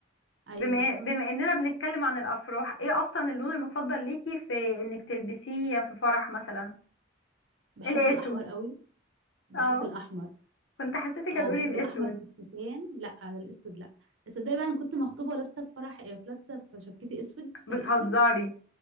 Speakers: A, on the right (about 75°); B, on the left (about 75°).
A: ايوه
B: بما بما اننا بنتكلم عن الافراح ايه اصلا اللون المفضل ليكي في انك تلبسيه في فرح مثلا
A: بحب
B: الاسود
A: الاحمر قوي بحب
B: اه
A: الاحمر
B: كنت حسيتك
A: اه
B: هتقولي
A: بحب
B: الاسود
A: الاحمر في الستان لا الاسود لا تصدقي بقى انا كنت مخطوبه ولابسه في فرح في لابسه في شبكتي اسود فستان
B: بتهزري
A: اسود